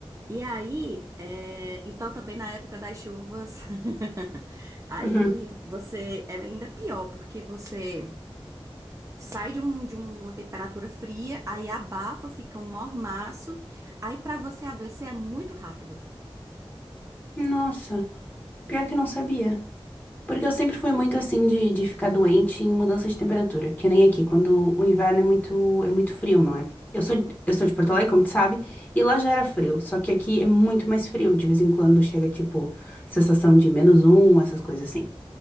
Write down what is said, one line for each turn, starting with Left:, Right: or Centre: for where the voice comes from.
Right: E aí, é, então também na época das chuvas, <laughs> aí
Left: uhum.
Right: você é ainda pior, porque você sai de, um, de um- uma temperatura fria, aí abafa, fica um mormaço, aí pra você adoecer é muito rápido.
Left: Nossa, pior que não sabia. Porque eu sempre fui muito assim de, de ficar doente em mudança de temperatura, que nem aqui, quando o inverno é muito, é muito frio, não é? Eu
Right: Uhum.
Left: sou, eu sou de Porto Alegre, como tu sabe, e lá já era frio, só que aqui é muito mais frio. De vez em quando chega, tipo, sensação de menos um, essas coisas assim.